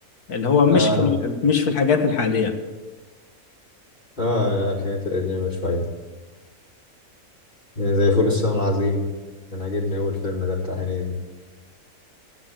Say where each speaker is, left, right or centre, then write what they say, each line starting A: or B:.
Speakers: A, on the left; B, on the left.
A: اللي هو مش
B: آه
A: في ال- مش في الحاجات الحالية
B: آه الحاجات القديمة شوية يعني زي فول الصين العظيم كان عاجبني أول فيلم ده بتاع هنيدي